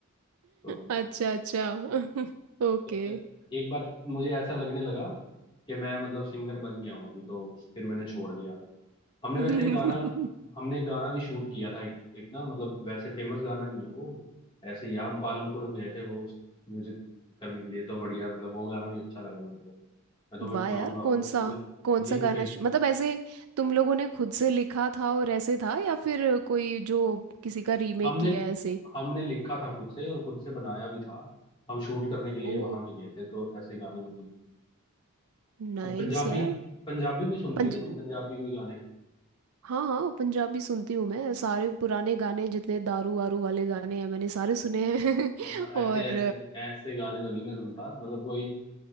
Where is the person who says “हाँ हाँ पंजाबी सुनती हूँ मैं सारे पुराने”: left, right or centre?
Right